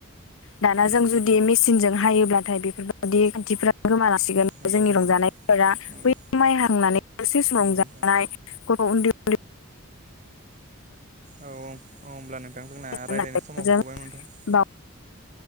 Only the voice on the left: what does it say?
दाना जों
जुदि
मेसिनजों हायोब्लाथाय बेफोरबायदि खान्थिफ्रा गोमालाांसिगोन।
जोंनि
रंजानायफोरा
बै माइ हांहांनानै दसे सम
रंजानाय
गथ' उन्दै उन्दै <unintelligible>
उन्दैजों
बाव